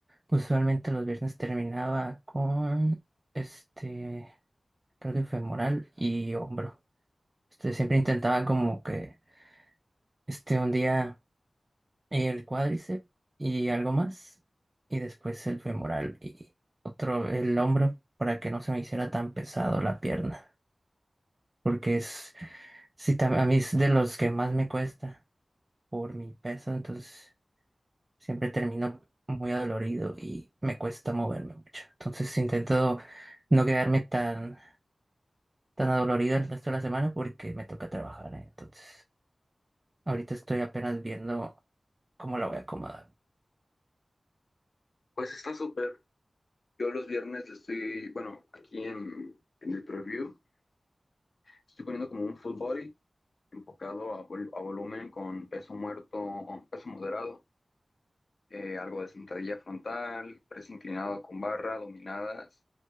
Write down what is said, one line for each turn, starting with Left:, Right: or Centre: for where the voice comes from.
Right: usualmente los viernes terminaba con este, creo que femoral y hombro. Este, siempre intentaba como que este un día. el cuádriceps y algo más, y después el femoral y otro, el hombro, para que no se me hiciera tan pesado la pierna, porque es, sí, tam- a mí es de los que más me cuesta por mi peso, entonces siempre termino muy adolorido y me cuesta moverme mucho. Entonces intento no quedarme tan, tan adolorido el resto de la semana porque me toca trabajar, ¿eh? Entonces ahorita estoy apenas viendo cómo la voy a acomodar.
Left: Pues está súper. Yo los viernes le estoy, bueno, aquí en, en el preview, estoy poniendo como un full body enfocado a, vol- a volumen con peso muerto, peso moderado, eh, algo de sentadilla frontal, press inclinado con barra, dominadas,